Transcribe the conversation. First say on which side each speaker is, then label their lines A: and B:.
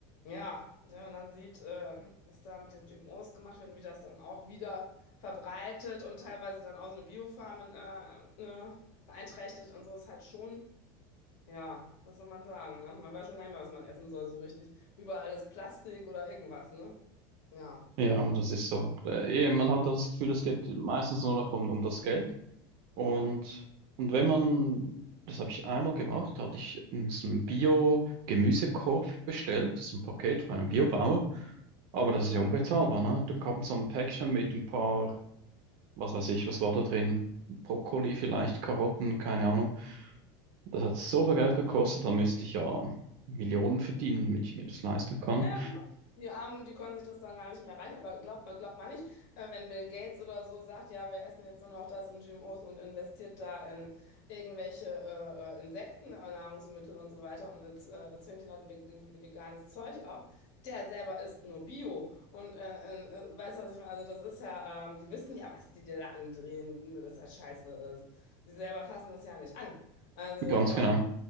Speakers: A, on the left; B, on the right.
A: ja, wenn man dann sieht, äh, was da mit den GMOs gemacht wird und wie das dann auch wieder verbreitet und teilweise dann auch so eine Biofarm in, äh, ne, beeinträchtigt und so ist halt schon, ja, was soll man sagen, ne? Man weiß schon gar nicht mehr, was man essen soll, so richtig. Überall ist Plastik oder irgendwas, ne? Ja,
B: Ja, aber das ist so. Äh, eh, man hat ja das Gefühl, es geht meistens nur noch um, um das Geld. Und,
A: ja.
B: und wenn man, das habe ich einmal gemacht, hatte ich n- so einen Bio-Gemüsekorb bestellt, so ein Paket von einem Biobauer. Aber das ist ja unbezahlbar, ne? Da kam so ein Päckchen mit ein paar, was weiß ich, was war da drin? Brokkoli vielleicht, Karotten, keine Ahnung. Das hat so viel Geld gekostet, da müsste ich ja Millionen verdienen, damit ich mir das leisten kann.
A: Ja, ja, genau. Die Armen, die können sich das dann gar nicht mehr reichen, aber glaubt glaubt man nicht, äh, wenn Bill Gates oder so sagt, ja, wir essen jetzt nur noch das und GMOs und investiert da in irgendwelche äh, äh, Insekten, äh, Nahrungsmittel und so weiter und äh, zwingt den Leuten ve- veganes Zeug auf, der selber isst nur Bio und äh, äh, äh, weißt du, was ich meine? Also das ist ja, ähm, die wissen ja, was die dir da andrehen, dass das scheiße ist. Die selber fassen das ja nicht an. Also,
B: Ganz
A: ähm,
B: genau.